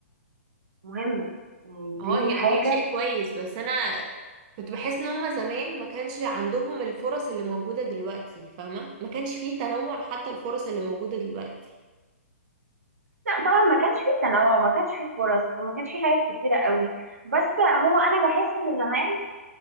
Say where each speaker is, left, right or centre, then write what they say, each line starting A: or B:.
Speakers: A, on the right; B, on the right.
A: مهمة يعني دي
B: اه هي
A: حاجة
B: هي شيء كويس بس انا كنت بحس ان هما زمان ما كانش عندهم الفرص اللي موجودة دلوقتي فاهمة ما كانش فيه تنوع حتى الفرص اللي موجودة دلوقتي
A: لا طبعا ما كانش فيه تنوع ما كانش فيه فرص وما كانش فيه حاجات كتيرة قوي بس هو أنا بحس إن زمان